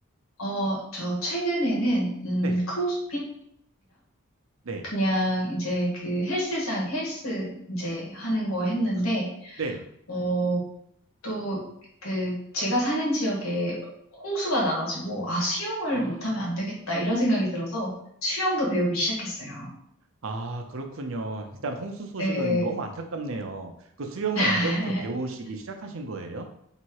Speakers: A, on the left; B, on the right.
A: 어, 저 최근에는, 음,
B: 네,
A: 크로스핏이랑
B: 네,
A: 그냥 이제 그 헬스장, 헬스 이제 하는 거 했는데,
B: 네.
A: 어, 또 그 제가 사는 지역에 홍수가 나가지고 아 수영을
B: 아,
A: 못하면 안 되겠다 이런 생각이 들어서 수영도 배우기 시작했어요.
B: 아, 그렇군요. 일단 홍수 소식은
A: 네.
B: 너무 안타깝네요. 그 수영은
A: <laughs>
B: 언제부터 배우시기 시작하신 거예요?